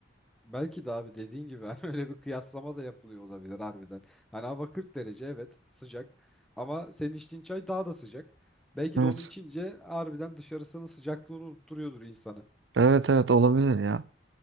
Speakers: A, in the centre; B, on the right.
A: Belki de abi dediğin gibi hani <laughs> öyle bir kıyaslama da yapılıyor olabilir harbiden. Hani hava 40 derece evet sıcak ama senin içtiğin çay daha da sıcak. Belki
B: Evet.
A: de onu içince harbiden dışarısının sıcaklığını unutturuyordur insana.
B: Evet evet olabilir ya.